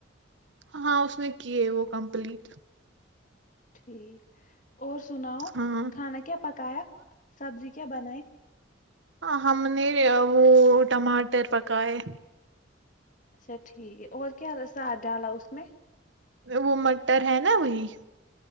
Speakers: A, on the right (about 70°); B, on the left (about 40°).
A: ہاں اس نے کیے وہ کمپلیٹ
B: ٹھیک اور سناؤ
A: ہاں
B: کھانا کیا پکایا سبزی کیا بنائے
A: ہاں ہم نے وہ ٹماٹر پکائے
B: <inaudible> ٹھیک ہے اور کیا ہے ساد ڈالا اس میں <unintelligible>
A: وہ مٹر ہے نا وہی